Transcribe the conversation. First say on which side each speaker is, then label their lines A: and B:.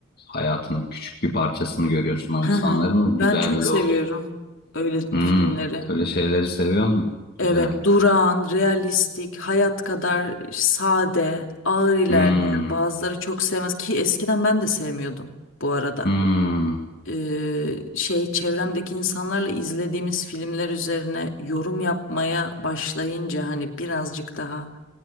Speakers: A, on the left; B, on the left.
A: Hayatın küçük bir parçasını görüyorsun o insanların
B: Hı hı. Ben
A: ve güzel
B: çok seviyorum
A: de oluyor.
B: öyle
A: Hmm,
B: filmleri.
A: öyle şeyleri seviyor musun?
B: Evet,
A: Güzel.
B: durağan, realistik, hayat kadar sade, ağır ilerleyen
A: Hmm,
B: bazıları çok sevmez ki eskiden ben de sevmiyordum bu arada.
A: hmm,
B: Ee, şey çevremdeki insanlarla izlediğimiz filmler üzerine yorum yapmaya başlayınca hani birazcık daha